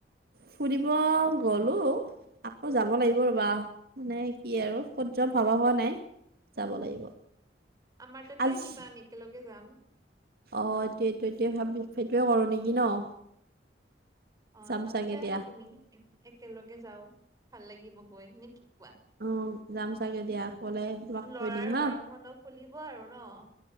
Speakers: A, on the right; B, on the right.
A: ফুৰিব, গ'লোঁ। আকৌ যাব লাগিব ৰ'বা, নে কি আৰু, কত যাওঁ ভাবা হোৱা নাই। যাব লাগিব।
B: আমাৰ তাতে
A: আজি
B: আহিবা, আমি একেলগে যাম।
A: অ', এইটোৱে <unintelligible> ভাবি, সেইটোৱে কৰো নেকি ন'।
B: আ-আমাৰ
A: যাম চাগে
B: ততে আহা
A: দিয়া
B: তুমি, এ একেলগে যাও, ভাল লাগিব গৈ, নে কি কোৱা,
A: অ', যাম চাগে দিয়া গ'লে তোমাক
B: লৰাৰ
A: কৈ দিম হা।
B: গৰম বন্ধ, খুলিব আৰু ন'।